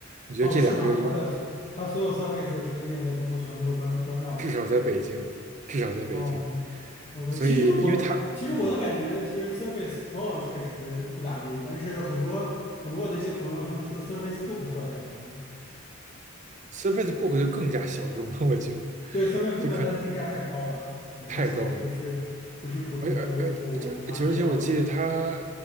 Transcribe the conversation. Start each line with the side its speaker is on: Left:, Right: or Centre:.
Right: 你觉得这两个有，
Left: 哦，是吗？它的它所有 Surface 的直营店在中国全部都关关掉了，
Right: 至少在北京，
Left: 是吗？
Right: 至少在北京，
Left: 哦。OK，
Right: 所以因为它嗯
Left: 其实我其实我的感觉，其实 Surface Pro 确实不咋地，但是很多很多我的一些朋友，他们说 Surface Book 做的还可以。
Right: ，Surface Book 就更加小众了，我觉得
Left: 对，Surface Book
Right: 这可
Left: 它的定价太高了，啊，它其实不是不是普通的用户他需要的。
Right: 太高了。而而而这而且而且我记得他